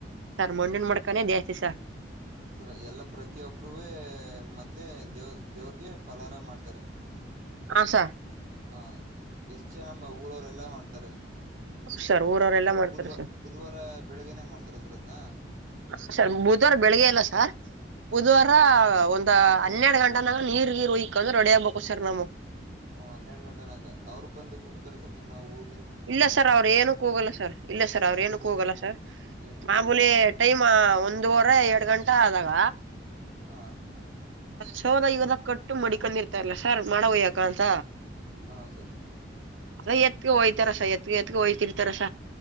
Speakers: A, on the right (about 90°); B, on the right (about 45°).
A: ಮಣ್ಣನ್ ಮಾಡ್ಕಾನೇ ದೇಸ್ತಿಿಸ.
B: ಸರ ಎಲ್ಲ ಪ್ರತಿಯೊಬ್ರೇ ಮತ್ತೆ ದೇವ ದೇವ್ರಗೆ ಪಲಾರ ಮಾಡ್ತಾರೆ.
A: ಹ ಸರ್.
B: ಹಾ ಎಷ್ಟ್ ಜನಮ್ಮ ಊರವರೆ ಎಲ್ಲಾ ಮಾಡ್ತಾರೆ.
A: ಹ್ಮ ಸರ್ ಊರವರೆಲ್ಲಾ ಮಾಡ್ತಾರೆ
B: ಬುಧ್ವ
A: ಸರ್
B: ಬುಧವಾರ ಬೆಳಗ್ನೆೇ ಮಾಡ್ತಾರ. ಸರ್ ಅದ್ನ
A: ಹ ಸರ್ ಬುಧವಾರ ಬೆಳಿಗ್ಗೆ ಎಲ್ಲ ಸರ್ ಬುಧವಾರ
B: ಹನ್ ಸರ್
A: ಒಂದ ಹನ್ನೆರಡು ಗಂಟನಾಗ ನೀರ್ ಗ ಹಯಕೊಂಡ್ರ ರೆಡಿ ಆಗ್ಬೇಕು ಸರ್ ನಾಮು
B: ಹ ಹನ್ನೆರಡು ಗಂಟೆನಾಗ ಅವರು ಬಂದಕ್ ಹೋಗ್ತಾರ ಸರ್ ನಿಮ್ಮ ಊರು
A: ಇಲ್ಲ ಸರ್ ಅವ್ರ ಏನಕ್ ಕೂಗಲ್ಲ ಸರ್ ಇಲ್ಲ ಸರ್ ಅವ್ರ ಏನಕ್ಕ ಕೂಗಲ್ಲ ಸರ್
B: ಏನ
A: ಮಾಮೂಲಿ
B: ಕೂಗಲ್ಲ ಸರ್
A: ಟೈಮ್ ಒಂದುವರೆ ಎರಡ್ ಗಂಟಾ ಆದಾಗ
B: ಹಾ
A: ಸೌದ ಇವದ ಕಟ್ಟು ಮಡಿಕೊಂಡ ಇರ್ತಾರಲ್ಲ ಸರ್ ಮಾಡ ಹೋಯ್ಯಕ ಅಂತ
B: ಹ ಸರ್
A: ಅ ಎತ್ಕ್ಕೆಯ ರಸ ಎತ್ ಎತ್ಗೆ ಹಯ್ತಿರ್ತಾರಸ